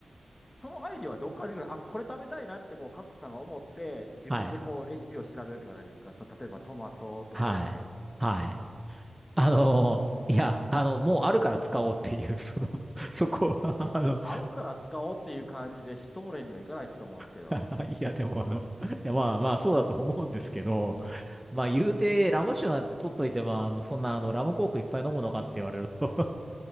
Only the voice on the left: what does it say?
そのアイディアはどっから出てくるあ、これ食べたいなって、こう、カズさんが思って、自分でこう、
レシピを調べるって形なんですかその例えばトマトとこう来て。
でも、
あるから使おうっていう感じで、シュトーレンにはいかないと思うんですけど。